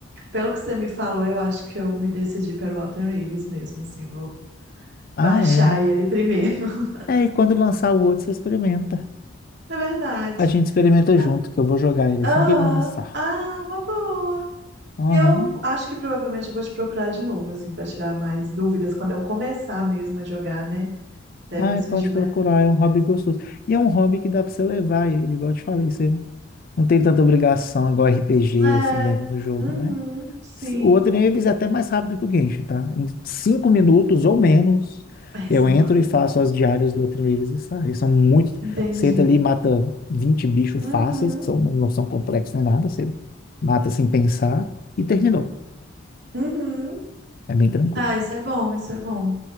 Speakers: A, on the right; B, on the left.
A: pelo que você me falou, eu acho que eu me decidi pelo Walter Raves mesmo, assim, vou
B: Ah,
A: baixar
B: é.
A: ele primeiro. <laughs>
B: É, e quando lançar o outro, você experimenta.
A: É verdade.
B: A gente experimenta
A: Ah,
B: junto, que eu vou jogar ele
A: Aham.
B: assim que ele lançar.
A: Ah, uma boa.
B: Aham.
A: E eu acho que provavelmente eu vou te procurar de novo, assim, para tirar mais dúvidas quando eu começar mesmo a jogar, né? Devem
B: Ah,
A: surgir
B: pode
A: mais.
B: procurar, é um hobby
A: dúvidas.
B: gostoso. E é um hobby que dá pra você levar ele, igual eu te falei, você não tem tanta obrigação, igual RPG,
A: É.
B: assim, dentro do jogo,
A: Uhum,
B: né?
A: sim.
B: O Oddnieves é até mais rápido que o Genshin, tá? Em cinco minutos ou menos,
A: É, isso
B: eu
A: é
B: entro
A: importante.
B: e faço as diárias do Oddnieves e saio. São muitos.
A: Entendi.
B: Senta ali e mata vinte bichos
A: Uhum,
B: fáceis, que são, não são complexos nem nada. Você mata sem pensar e terminou.
A: uhum.
B: É bem tranquilo.
A: Ah, isso é bom, isso é bom.